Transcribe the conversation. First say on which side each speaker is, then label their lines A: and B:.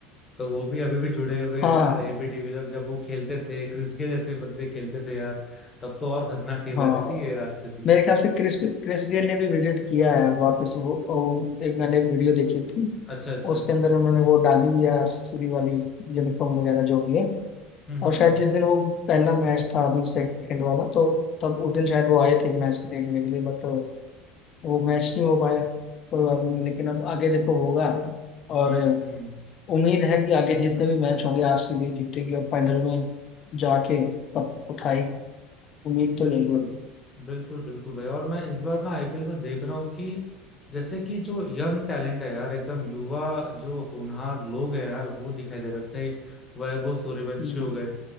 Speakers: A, on the left; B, on the left.
A: तो वो भी अभी भी जुड़े हुए
B: हाँ
A: हैं यार एबी डिविलियर जब वो खेलते थे क्रिस गेल जैसे बंदे खेलते थे यार तब तो और खतरनाक टीम
B: हाँ
A: रहती थी ये आरसीबी की
B: मेरे ख्याल से क्रिस क्रिस गेल ने भी विजिट किया है वापस वो, वो एक मैंने वीडियो देखी थी
A: अच्छा अच्छा
B: उसके अंदर उन्होंने वो डाली हुई है आरसीबी वाली
A: हम्म
B: यूनिफॉर्म वगैरह जो भी है
A: हम्म
B: और
A: हम्म
B: शायद जिस दिन वो पहला मैच था अभी सेकंड वाला तो तब उस दिन शायद वो आए थे मैच देखने के लिए बट वो मैच नहीं हो पाया कोई बात नहीं लेकिन अब आगे देखो होगा और
A: हम्म हम्म हम्म।
B: उम्मीद है कि आगे जितने भी मैच होंगे आरसीबी जीतेगी और फाइनल में जाके कप उठाएगी उम्मीद
A: बिल्कुल
B: तो यही
A: बिल्कुल बिल्कुल भाई और मैं इस बार ना आईपीएल में देख रहा हूँ कि जैसे कि जो यंग टैलेंट है यार एकदम युवा जो होनहार लोग हैं यार वो दिखाई दे रहे हैं। जैसे वैभव सूर्यवंशी
B: है
A: हो गए